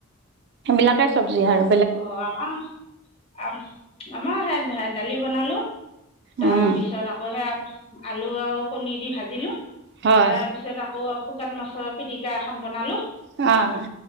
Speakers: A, on the right; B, on the left.
A: সেবিলাকে চবজি হাৰু
B: অ', আমাও আম আমাও সে <unintelligible> দালি বনালোঁ। তাপিছত
A: উম
B: আকৌ সেয়া আলু আও কণী দি ভাজিলোঁ।
A: হয়
B: তাপিছত আকৌ শুকান মাছৰ পিটিকা এখন বনালোঁ।
A: অ',